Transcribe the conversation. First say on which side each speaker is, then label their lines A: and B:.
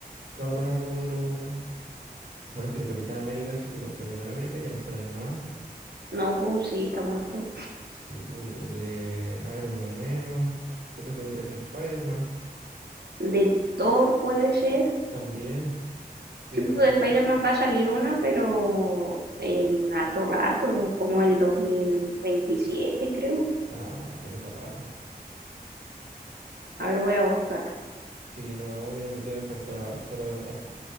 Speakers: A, on the right; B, on the right.
A: cabrona como de los. Bueno, es que de Capitán América, así como el Capitán América, ya no salen más.
B: No, pues sí, está muerto.
A: Sí, pues de Iron Man menos. Putas podría ser Spider-Man
B: De Thor puede ser.
A: también, pero.
B: Sí, pues, de Spider-Man va a salir una, pero en harto rato, como el 2027, creo.
A: Ah, no, tiene para rato.
B: A ver, voy a buscar.
A: Sí, no, me debe faltar harto, la verdad.